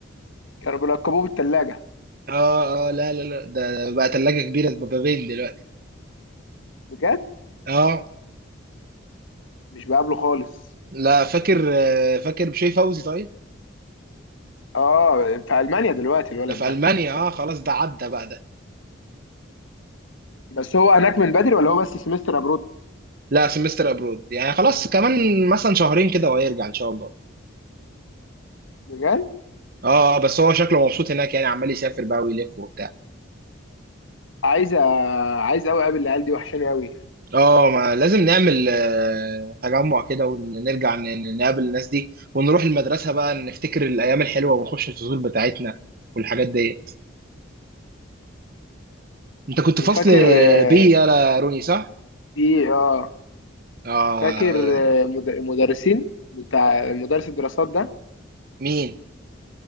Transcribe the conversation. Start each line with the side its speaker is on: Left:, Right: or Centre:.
Left: كانوا بيلقبوه بالثلاجة
Right: اه اه لا لا لا ده بقى تلاجة كبيرة بابابيل دلوقتي
Left: بجد
Right: اه
Left: مش بقابله خالص
Right: لا فاكر آه، فاكر بشوي فوزي طيب
Left: اه في ألمانيا دلوقتي الولد
Right: ده في
Left: ده
Right: المانيا اه خلاص ده عدى بقى ده
Left: بس هو هناك من بدري ولا هو بس سمستر ابرود
Right: لا سمستر ابرود يعني خلاص كمان مثلا شهرين كده وهيرجع ان شاء الله
Left: بجد
Right: اه آه، بس هو شكله مبسوط هناك يعني عمال يسافر بقى ويلف وبتاع
Left: عايز أ- عايز قوي اقابل العيال دي وحشاني قوي
Right: اه ما لازم نعمل آه، تجمع كده ونرجع ن- ن- نقابل الناس دي ونروح المدرسة بقى نفتكر الأيام الحلوة ونخش الفصول بتاعتنا والحاجات دي أنت كنت
Left: وفاكر
Right: فصل
Left: آه،
Right: بي يا روني صح؟
Left: في اه
Right: آه
Left: فاكر آه، مد- مدرسين بتاع مدرس الدراسات ده
Right: مين؟